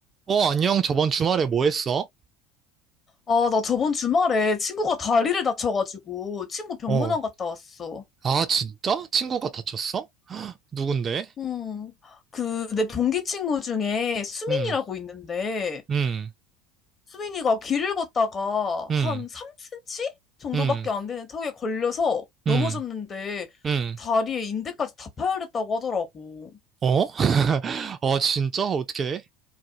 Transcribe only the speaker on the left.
아, 나 저번 주말에 친구가 다리를 다쳐가지고 친구 병문안
갔다 왔어.
음, 그, 내 동기 친구 중에 수민이라고
있는데,
수민이가 길을 걷다가
한 3cm 정도밖에
안 되는 턱에 걸려서 넘어졌는데,
다리에 인대까지 다 파열했다고 하더라고.